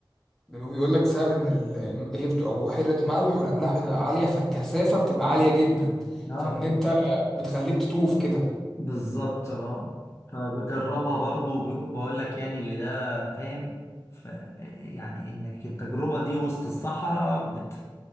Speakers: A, in the centre; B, on the left.
A: ده بيقول لك بسبب ان ال- هي بتبقى بحيرة ملح والاملاح بتبقى عالية فالكثافة بتبقى عالية جدا
B: اه
A: فان انت بتخليك تطوف كده
B: بالظبط اه فبجربها برضو وبقول لك يعني اللي ده فاهم ف يعني انك التجربة دي وسط الصحراء بت...